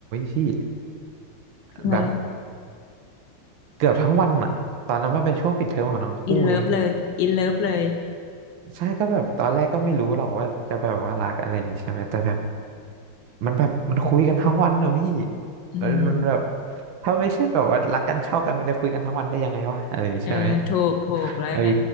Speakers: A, on the right; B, on the left.
A: พี่
B: ทำไม
A: แบบเกือบทั้งวันอะตอนนั้นมันเป็นช่วงปิดเทอมของทั้งคู่ไง
B: อินเลิฟเลยอินเลิฟเลย
A: ใช่ก็แบบตอนแรกก็ไม่รู้หรอกว่าจะแบบว่ารักอะไรอย่างงี้ใช่ไหมแต่แบบมันแบบมันคุยกันทั้งวันเนอะพี่
B: อืม
A: เออมันแบบถ้าไม่ใช่แบบว่ารักกันชอบกันมันจะคุยกันทั้งวันได้ยังไงวะอะไรอย่างงี้ใช่ไหม
B: เออถูกถูกแล้วไง
A: เออ